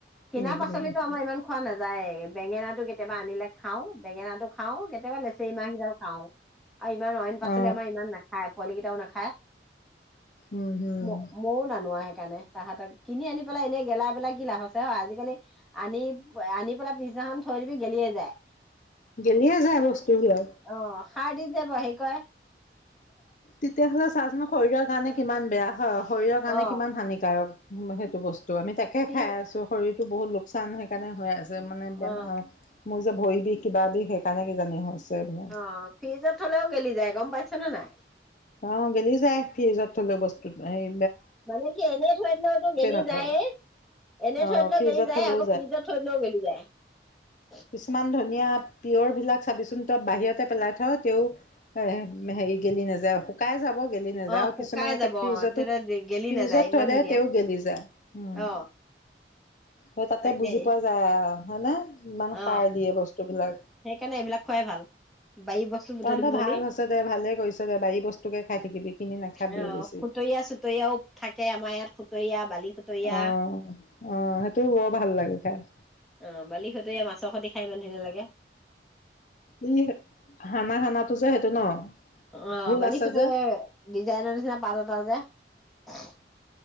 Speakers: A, in the centre; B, on the left (about 45°).
A: কিনা
B: কিনি
A: পাচলিতো
B: কিনি
A: আমাৰ
B: অ
A: ইমান খোৱা নাযায়েই, বেঙেনাটো কেতিয়াবা আনিলে খাওঁ বেঙেনাটো খাওঁ। কেতিয়াবা লেচেৰীমাহ কিডাল খাওঁ। আৰু ইমান অইন পাচলি
B: অ
A: আমাৰ ইমান নাখায় পোৱালি কি টাও নাখাই।
B: উম হম
A: ম-ময়ো নানো হেই সেইকাৰণে তাহাতক কিনি আনি পেলাই এনেই গেলাই কি লাভ আজিকালি আনি-আনি পেলাই পিছদিনাখন থৈ দিবি গেলিয়ে যায়।
B: গেলিয়ে যায়, বস্তুবিলাক।
A: অ সাৰ দি যে, বে হেৰি কৰে।
B: তেতিয়াহ'লে চাচোন শৰীৰৰ কাৰণে কিমান বেয়া হয়, শৰীৰৰ কাৰণে
A: অ
B: কিমান হানিকাৰক। উম সেইটো বস্তু ত' আমি তাকে
A: ফি
B: খাই আছো, শৰীৰ ত বহুত লোকচান সেইকাৰণে হৈ আছে যে মানে বেমাৰ
A: অ
B: বেমাৰৰ মই যে ভৰি বিষ কিবা বিষ সেইকাৰণে কিজানি হৈছে এইবিলাক।
A: অ' ফ্ৰিজত থ'লেও গেলি যায় গম পাইছ নে নাই।
B: অ গেলি যায় ফ্ৰিজত থ'লেও বস্তুত হেয়ি
A: মানে কি এনেই থৈ দিলেওতো গেলি
B: নথওঁ।
A: যায়ে। এনে
B: অ
A: থৈ দিলেও
B: ফ্ৰিজত
A: গেলি যায়
B: থলেও
A: আকৌ ফ্ৰিজত থৈ দিলেও গেলি যায়। হুম
B: কিছুমান ধনীয়াত পিয়ৰ বিলাক চাবিচোন তই বাহিৰত তে পেলাই থ তেওঁ হে হেৰি গেলি নাযায়, শুকাই যাব গেলি নাযায়
A: অ
B: আৰু
A: শুকাই
B: কিছুমান‌ একে
A: যাব
B: ফ্ৰিজতো,
A: অ তেতিয়া দে- গেলি
B: ফ্ৰিজত
A: নাযায় ইমান
B: থৈ
A: ধুনীয়া
B: দে তেয়ো গেলি যায়, উম।
A: অ
B: সেই তাতে
A: তাকেই
B: বুজি পোৱা যায় আও হয়নে? ইমান
A: অ,
B: সাৰ দিয়ে বস্তুবিলাক
A: সেইকাৰণে এইবিলাক খোৱাই ভাল। বাৰী বস্তু বুটলি
B: তহঁতৰ
A: বুটলি
B: ভাল হৈছে দে ভালে কৰিছ দে বাৰী বস্তুকে খাই থাকিবি কিনি নাখাবিয়ে
A: অ
B: বেছি
A: খুতৰীয়া চুতৰীয়াও থাকে আমাৰ ইয়াত খুতৰীয়া বালি খুতৰীয়া
B: অ অ সেইটোও বৰ ভাল লাগে খাই। হয়
A: অ, বালিহতে মাছৰ সৈতে খাই ইমান ধুনীয়া লাগে।
B: ই, হানা, হানাটো যে সেইটো ন।
A: অ,
B: ভোল
A: বালি
B: আছে
A: সুটোৱে
B: যে
A: ডিজাইনৰ নিচিনা পাত এটা যে। <unintelligible>